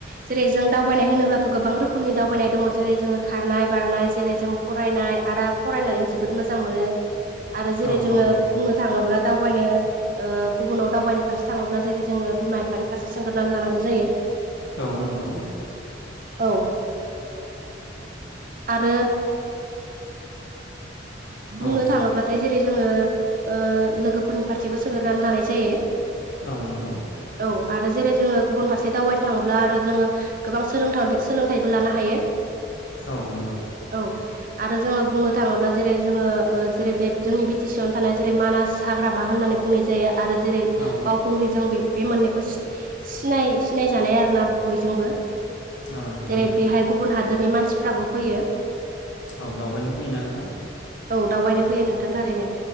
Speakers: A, on the right (about 45°); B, on the left (about 80°).
A: जेरै जों दावबायनाय होनो अब्लाथ' गोबां रोखोमनि दावबायनाय दङ जेरै जोङो खारनाय बारनाय जेरै जों फरायनाय आरो फरायनाय मोजां मोनो आरो जेरै
B: औ
A: जोङो
B: औ औ
A: बुंनो थाङोब्ला दावबायनो गुबुनाव दावबायनो फारसे थाङोब्ला जेरै जोङो बिमा बिफानि फारसे सोंगोरनानै लानांगौ जायो
B: औ नंगौ
A: औ आरो बुंनो
B: औ
A: थाङोब्लाथाय जेरै जोङो ओ लोगोफोरनि फारसेबो सोंरनानै लानाय जायो।
B: औ नंगौ
A: औ आरो जेरै जोङो गुबुन फारसे दावबायनो थाङोब्ला आरो जोङो गोबां सोलों-सोलोंथाइबो लानो हायो।
B: औ नंगौ
A: औ आरो जोङो बुंनो थाङोब्ला जेरै जोङो जेरै बे जोंनि बि टि सि आवनो थानाय जेरै मानास हाग्रामा होननानै बुंनाय जायो। आरो जेरै
B: औ
A: बावखुंग्रिजों बे बे मोननायखौ सिनाय सिनायजानाय आरो ना बयजोंबो
B: औ नंगौ
A: जेरै
B: नंगौ
A: बेहाय गुबुन हादोरनि मानसि फ्राबो फैयो
B: औ दावबायनो फैयोना नोंथां
A: औ दावबायनो फैयो नोंथां थारैनो